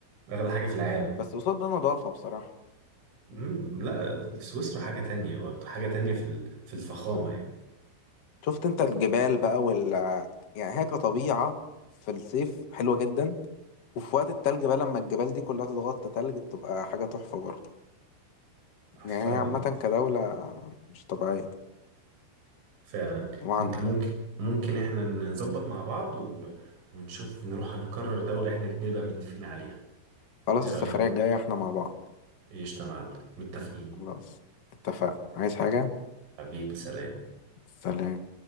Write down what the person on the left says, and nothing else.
بس قصاد ده نظافة بصراحة
شفت انت الجبال بقى وال يعني هي كطبيعة في الصيف حلوة جدا وفي وقت التلج بقى لما الجبال دي كلها تتغطى تلج بتبقى حاجة تحفة برضه يعني
هي عامة كدولة مش طبيعية
وعن
خلاص
السفرية
الجاية احنا مع بعض
خلاص اتفقنا عايز حاجة
سلام